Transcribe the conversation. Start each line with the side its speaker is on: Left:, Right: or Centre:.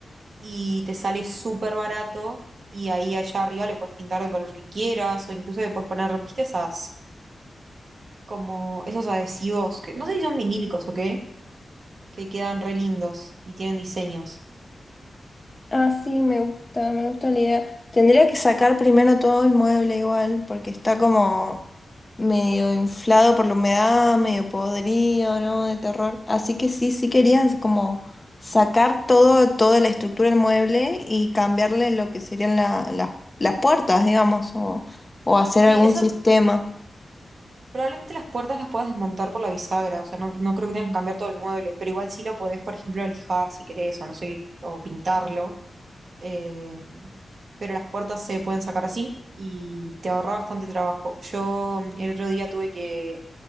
Right: y te sale súper barato y ahí allá arriba le puedes pintar el color que quieras o incluso le puedes poner, viste, esas, como esos adhesivos, que no sé si son vinílicos o qué, que quedan re lindos y tienen diseños.
Left: Ah, sí, me gusta, me gusta la idea. Tendría que sacar primero todo el mueble igual, porque está como medio inflado por la humedad, medio podrido, ¿no? De terror. Así que sí, sí querías como sacar todo, toda la estructura del mueble y cambiarle lo que serían la- las las puertas, digamos, o, o hacer
Right: Sí,
Left: algún
Right: eso
Left: sistema.
Right: Probablemente las puertas las puedas desmontar por la bisagra, o sea, no, no creo que tengas que cambiar todo el mueble, pero igual sí lo podés, por ejemplo, lijar si querés, o no sé, qué, o pintarlo. eh, pero las puertas se pueden sacar así y te ahorra bastante trabajo. Yo mm, el otro día tuve que,